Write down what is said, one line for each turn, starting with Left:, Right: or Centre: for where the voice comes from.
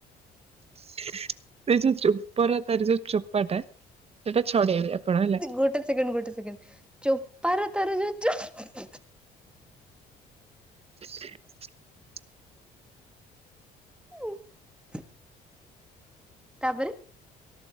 Right: ସେଇ ଯୋଉ ଚୋପର ତାର ଯୋଉ ଚୋପାଟା ସେଟା ଛଡେଇବେ। ଆପଣ ହେଲା।
Centre: ଗୋଟେ ସେକେଣ୍ଡ ଗୋଟେ ସେକେଣ୍ଡ ଚୋପାର ତାର ଯୋଉ ଚୋ
Right: <inaudible>
Centre: ଉଁ ଉ ତାପରେ।